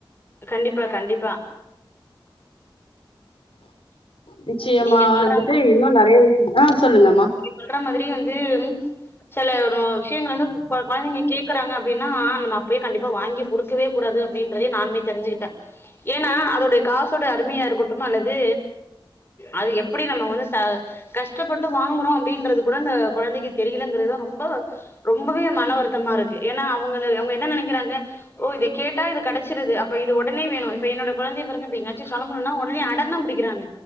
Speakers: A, on the left; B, on the left.
A: கண்டிப்பா கண்டிப்பா
B: நிச்சயமா
A: நீங்க
B: வந்துட்டு
A: சொல்ற
B: இன்னு நெறையா வி அ சொல்லுங்கம்மா
A: சொல்றா மாதிரி வந்து செல விஷயங்கள் வந்து கொழந்தைங்க கேக்குறாங்க அப்டின்னா நம்ம அப்ப கண்டிப்பா வாங்கி குடுக்கவே கூடாது அப்படின்றதயு நானுமே தெரிஞ்சுக்கிட்டே ஏன்னா அதோடைய காசோட அருமையா இருக்கட்டும் அல்லது அது எப்படி நம்ம வந்து ச கஷ்டப்பட்டு கொடுக்றோ அப்படின்றது கூட அந்த கொழந்தைக்கு தெரியலங்கிறதுதா ரொம்ப ரொம்பவே மன வருத்தமா இருக்கு ஏன்னா அவங்க அவங்க என்ன நெனைக்கிறாங்க ஓ இத கேட்டா இது கெடைச்சிடுது அப்ப இது உடனே வேணு இப்ப என்னோட கொழந்தைய பாருங்க இப்ப எங்கயாச்சு கெளம்பனும்னா உடனே அடந்தா புடிக் குறாங்க